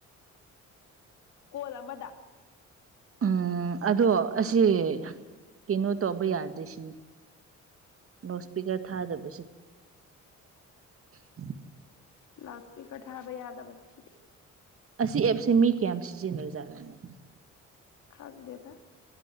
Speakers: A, on the left; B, on the right.
A: ꯀꯣꯜ ꯑꯃꯗ
B: ꯎꯝ ꯑꯗꯣ ꯑꯁꯤ ꯀꯩꯅꯣ ꯇꯧꯕ ꯌꯥꯗ꯭ꯔꯦ ꯁꯤꯅꯤ ꯅꯣꯁꯄꯤꯀꯔ ꯊꯥꯗꯕ <unintelligible>
A: ꯂꯎꯗ ꯏꯁꯄ꯭ꯤꯛꯔ ꯊꯥꯕ ꯌꯥꯗꯕꯅꯤ ꯁꯤꯔꯤ
B: ꯑꯁꯤ ꯑꯦꯞꯁꯦ ꯃꯤ ꯀꯌꯥꯝ ꯁꯤꯖꯤꯟꯅꯔ꯭ꯖꯠꯂꯥꯅꯤ
A: ꯈꯪꯗꯦꯗ